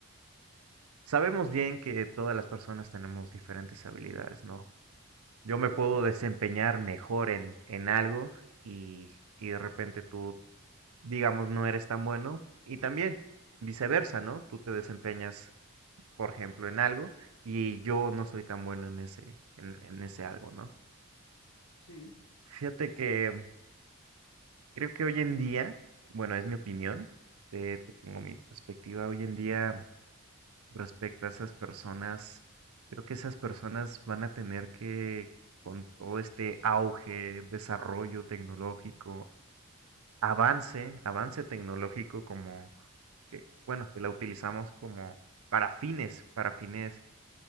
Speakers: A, on the right (about 80°); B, on the left (about 70°).
A: sabemos bien que todas las personas tenemos diferentes habilidades, ¿no? Yo
B: Sí,
A: me
B: claro.
A: puedo desempeñar mejor en, en algo y, y de repente tú, digamos, no eres tan bueno y también viceversa, ¿no? Tú te desempeñas, por ejemplo, en algo y yo no soy tan bueno en ese, en, en ese algo, ¿no?
B: Sí,
A: Fíjate que creo que hoy en día, bueno, es mi opinión, eh, te pongo mi perspectiva, hoy en día respecto a esas personas, creo que esas personas van a tener que, con todo este auge, desarrollo tecnológico, avance, avance tecnológico como que, bueno, que la utilizamos como para fines, para fines